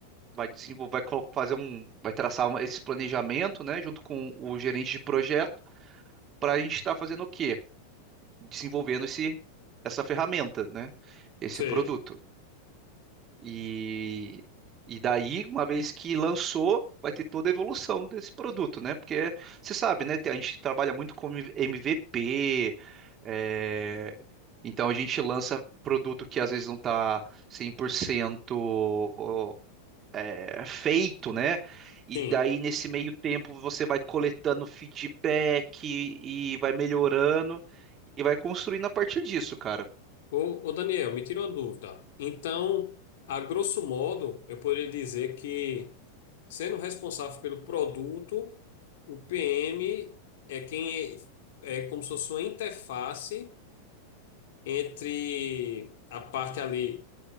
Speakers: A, on the right; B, on the left.
A: vai desenvolver, vai colo- fazer um, vai traçar um- esse planejamento, né, junto com o gerente de projeto, para a gente estar fazendo o quê? Desenvolvendo esse, essa ferramenta, né, esse
B: Sei.
A: produto. E, e daí, uma vez que lançou, vai ter toda a evolução desse produto, né, porque você sabe, né, tem- a gente trabalha muito com MVP, é, então a gente lança produto que às vezes não está 100% é, feito, né? E
B: Sim.
A: daí, nesse meio tempo, você vai coletando feedback e vai melhorando e vai construindo a partir disso, cara.
B: Ô, ô Daniel, me tira uma dúvida. Então, a grosso modo, eu poderia dizer que Sendo responsável pelo produto, o PM é quem é, é como se fosse uma interface entre a parte ali